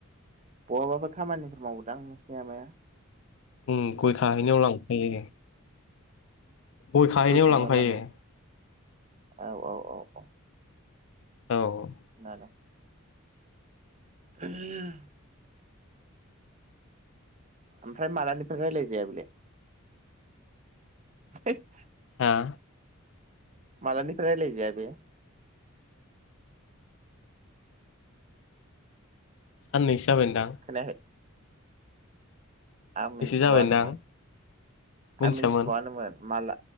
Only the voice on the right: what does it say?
बहाबाफोर खामानि मावोदां नोंसिनि आमाया
खानायाव
लाङो औ औ औ औ
नालाय <unintelligible> ओमफ्राय मालानिफ्राय रायलाय जाया बेलाय? <unintelligible>
मालानिफ्राय रायलाय जाया बे?
खोनायाखै आं मिनथिबावआनोमोन
आं मिनथिबावआनोमोन माला